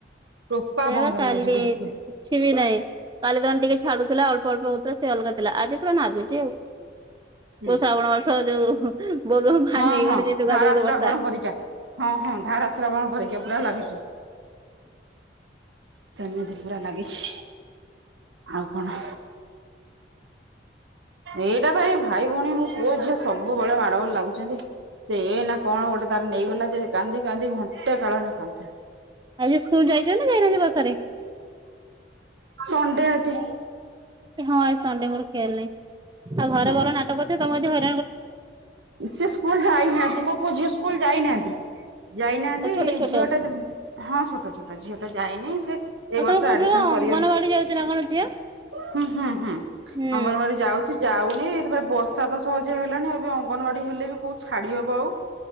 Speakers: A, on the right (about 85°); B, on the right (about 25°).
A: ଟୋପା
B: ସେଇବା
A: ବନ୍ଦ
B: କାଲି
A: ନାହିଁ ଆଜି ବିଲକୁ
B: କିଛି ବି ନାହିଁ। କାଲି ଦଣ୍ଟି ଛାଡୁଥିଲା ଅଳ୍ପ ଅଳ୍ପ ହୋଉଥିଲା। ସେ ଅଲଗା ଥିଲା ଆଜି ପୁରା ନାଗୁଛି ଆଉ।
A: ହୁଁ।
B: ଶ୍ରାବଣ ବର୍ଷ ଥ ଯୋଉ ବୋଲବମ ପାଣି
A: ହଁ
B: ନେଇଗଲେ
A: ହଁ
B: ଯେମିତି କାଦୁଅ
A: ଧାରା
B: କାଦୁଅ
A: ଶ୍ରାବଣ
B: ବର୍ଷା
A: ପରିକା ହଁ ହଁ ଧାରା ଶ୍ରାବଣ ପରିକା ପୁରା ଲାଗିଛି। ସେମିତି ପୁରା ଲାଗିଛି। ଆଉ କଣ? ଏଇଟା ପା ଏଇ ଭାଇ ଭଉଣୀ ମୋ ପୁଅ ଝିଅ ସବୁବେଳେ ମାଡ ଗୋଳ ଲାଗୁଛନ୍ତି। ସେ ଏନା କଣ ଗୋଟେ ତାର ନେଇଗଲା ଯେ କାନ୍ଦି କାନ୍ଦି ଘଣ୍ଟେ କାଳ ନା କାନ୍ଦୁଥିଲା।
B: ଆଜି ସ୍କୁଲ ଯାଇଛନ୍ତି ନା ଯାଇନାହାନ୍ତି ବର୍ଷାରେ?
A: ସଣ୍ଡେ ଆଜି।
B: ହଁ ସଣ୍ଡେ ମୋର ଆଜି ଖିଆଲି ନାହି। ଆଉ ଘରେ
A: ହଁ
B: ଉଲ ନାଟ କରିଥିବେ ତ ତମକୁ ଆଜି ହଇ
A: ସେ ସ୍କୁଲ ଯାଇନାହାନ୍ତି ମୋ ପୁଅ ଝିଅ ସ୍କୁଲ ଯାଇନାହାନ୍ତି। ଯାଇନାହାନ୍ତି
B: ଆଉ ଛୋଟ ଛୋଟ
A: ଝିଅଟା ହଁ ଛୋଟ ଛୋଟ ଝିଅ ଟା ଯାଇନି। ସେ ଏଇ
B: ଆଉ ତମେ
A: ବର୍ଷ
B: କହୁଥିଲ
A: ଆଡମିସନ କରିବା।
B: କଣ ଅଙ୍ଗନବାଡି ଯାଉଛି ନା କଣ ଝିଅ?
A: ହୁଁ ହୁଁ ହୁଁ
B: ହୁଁ
A: ଅଙ୍ଗନବାଡି ଯାଉଛି। ଯାଉନି ଏ ବର୍ଷା ତ ସହଜ ହେଲାଣି ଆବେ ଅଙ୍ଗନବାଡି ହେଲେ ବି କୋଉ ଛାଡି ହବ ଆଉ